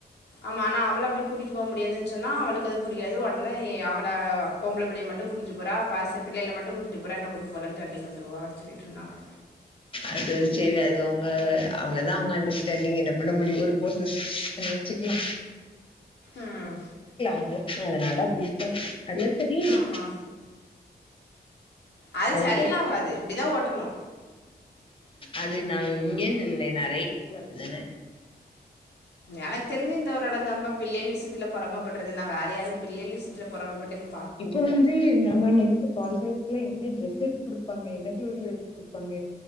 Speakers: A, on the left (about 80°); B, on the left (about 30°).
A: ஆமா ஆனா அவள அப்டி கூட்டிட்டு போ முடியாதுன்னு சொன்னா அவளுக்கு அது புரியாது உடனே அவள பொம்பள பிள்ளைய மட்டு கூட்டிட்டு போரா பாச பிள்ளைகள மட்டு கூட்டிட்டு போரா என்னை கூட்டி போலனு சண்டைக்கு வந்துருவா அப்டினு சொல்லிட்டு இருந்தாங்க
B: அது சரி அது அவங்க அவ்ளோதா அவங்க அண்டர்ஸ்டாண்டிங் என்ன பண்ண முடியு <unintelligible> வச்சுக்கலா
A: ம்
B: <inaudible> அதனால அப்டி இருக்கா அதல்லா சரியாயிரு
A: ஆமா அது
B: அதுக்குப்பெறகு
A: சரியில்லா ஆவாது இப்படிதா ஓட்டணு
B: அது நாம இங்கன்னு இல்ல நெறய எடத்துல அப்டிதான
A: எனக்கு தெரிஞ்ச இந்த ஒரு எடந்தம்பா பிள்ளைல் விஷயத்துல பொறாமபடுறதுன்னா வேற யாரு பிள்ளைல் விஷயத்துல பொறாமப்பட்டேன்னு
B: இப்ப வந்து நம்ம நெக்ஸ் ட்டு பால்காய்ப்ப எல்லா எப்டி டிரெஸ் எடுத்து குடுப்பாங்க என்ன கலர்ல எடுத்து குடுப்பாங்க